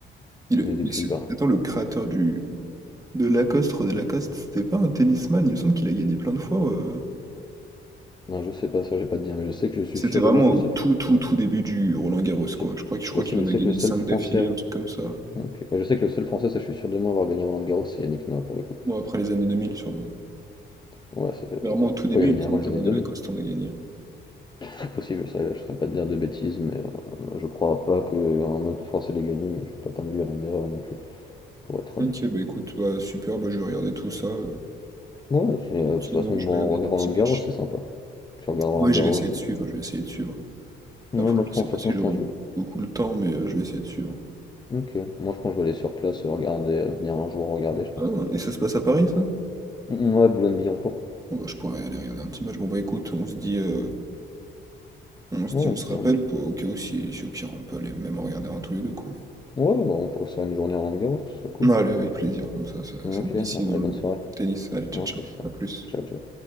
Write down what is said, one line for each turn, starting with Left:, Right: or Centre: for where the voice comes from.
Right: Il est-
Left: Mais depuis,
Right: mais c'est-
Left: ben,
Right: Attends, le créateur du... de Lacoste, René Lacoste, c'était pas un tennisman, il me semble qu'il a gagné plein de fois. euh.
Left: Non, je sais pas, ça, j'ai pas de dire, mais je sais que je suis
Right: C'était
Left: sûr
Right: vraiment
Left: de moi que le
Right: au
Left: seul.
Right: tout, tout, tout début du Roland-Garros,
Left: C'est
Right: quoi. Je crois, que-
Left: c'est
Right: je crois
Left: possible,
Right: qu'il en
Left: je
Right: a
Left: sais
Right: gagné
Left: que le seul
Right: 5
Left: français.
Right: d'affilée, un truc comme ça.
Left: Ok. Bah, je sais que le seul français, ça, je suis sûr de moi avoir gagné Roland Garros, c'est Yannick Noah pour le coup.
Right: Bon, après les années 2000 sûrement.
Left: Ouais, c'est. euh,
Right: Mais Vraiment au tout début,
Left: Ouais, il a
Right: il
Left: gagné
Right: me semble
Left: avant les
Right: que
Left: années
Right: René
Left: 2000.
Right: Lacoste en a gagné.
Left: C'est possible, ça, je ne saurais pas te dire de bêtises, mais euh, je crois pas qu'un autre français l'ait gagné, mais je suis pas t'induire en erreur non plus, pour être
Right: Ok,
Left: honnête.
Right: bah écoute, bah super, bah je vais regarder tout ça. euh,
Left: Ouais, c'est,
Right: Tranquillement,
Left: euh, de toute façon,
Right: je
Left: bon,
Right: vais regarder
Left: on regarde
Right: des petits
Left: Roland Garros,
Right: matchs.
Left: c'est sympa. Tu regardes Roland
Right: Oui,
Left: Garros
Right: je vais essayer de
Left: et
Right: suivre,
Left: tu.
Right: je vais essayer de suivre.
Left: Ouais,
Right: Après,
Left: moi, de
Right: je
Left: toute
Right: sais
Left: façon,
Right: pas si
Left: je
Right: j'aurai
Left: pense que
Right: beaucoup le temps, mais euh, je vais essayer de suivre.
Left: je. Ok. Moi, je pense que je vais aller sur place, euh, regarder, euh, venir un jour regarder, je pense.
Right: Ah, et ça se passe à Paris, ça?
Left: Mm, Ouais, Boulogne-Billancourt.
Right: Bon, bah, je pourrais aller regarder un petit match. Bon, bah écoute, on se dit, euh, on se
Left: Non,
Right: dit, on
Left: c'était
Right: se rappelle,
Left: un bien.
Right: pour, au cas où, si, si au pire, on peut aller même en regarder un tous les deux, quoi.
Left: Ouais, on pourrait se faire une journée à Roland-Garros, ce serait cool.
Right: Ah, allez, avec plaisir, comme ça, ça,
Left: Ok,
Right: ça me dit ici
Left: bon,
Right: dans
Left: allez,
Right: le
Left: bonne soirée.
Right: tennis. Allez, ciao,
Left: Ok,
Right: ciao,
Left: ça.
Right: à plus.
Left: Ciao, ciao.